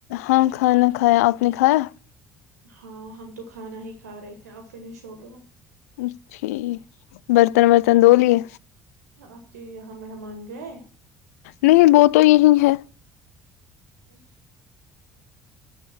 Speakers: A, on the left (about 70°); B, on the right (about 80°).
A: ہاں کھانا کھایا آپ نے کھایا
B: ہاں ہم تو کھانا ہی کھا رہے تھے اب فنش ہو گیا
A: اچی برتن برتن د لیے
B: اپ کے یہاں مہمان گے
A: نہیں وہ تو یہی ہے
B: ا <unintelligible>